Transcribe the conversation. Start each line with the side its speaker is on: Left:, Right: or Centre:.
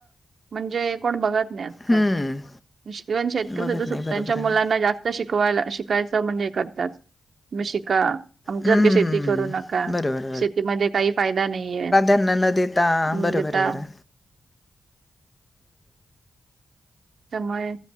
Right: म्हणजे कोण बघत नाही.
Left: हं.
Right: न शेतकरी
Left: बघत
Right: <inaudible>
Left: नाही बरोबर
Right: त्यांच्या मुलांना
Left: आहे ना.
Right: जास्त. शिकवायला शिकायचं म्हणजे हे करतात. तुम्ही शिका. आमच्यासारखी
Left: हं, हं,
Right: शेती
Left: हं.
Right: करू नका.
Left: बरोबर,
Right: शेतीमध्ये काही फायदा नाहीये.
Left: त्यांना न देता.
Right: म्हणजे
Left: बरं
Right: आता.
Left: बरं बरं.
Right: त्यामुळे.